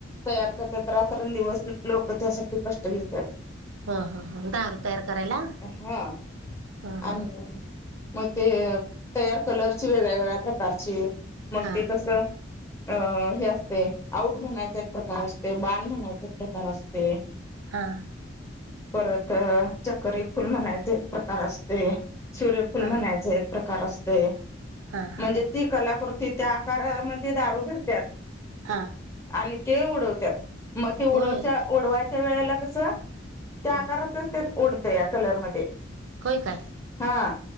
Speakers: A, on the left; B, on the right.
A: तयार करताता रात्रण दिवस लोक त्यासाठी कष्ट घेतात.
B: हा हा ह दारू तयार करायला,
A: हा
B: हा
A: आणि
B: हा.
A: मग ते तयार कलरची वेगळ्या वेगळ्या प्रकारची. मग
B: हा
A: ते कस अं हे असते. आऊट म्हणायचा एक प्रकार असते बान म्हणायचा एक प्रकार असते.
B: हा.
A: परत चकरी फुल म्हणायचे एक प्रकार असते. सूर्यफुल
B: हा
A: म्हणायचे एक प्रकार असतेय.
B: हा
A: म्हणजे
B: हा
A: ती कलाकृती त्या आकारामध्ये दारू भरतात.
B: हा
A: आणि ते उडवतात मग ते उडवच्या
B: होय
A: उडवायच्या वेळेला कसं
B: हो
A: करतच ते ओढतं या कलरमध्ये.
B: होय काय
A: हा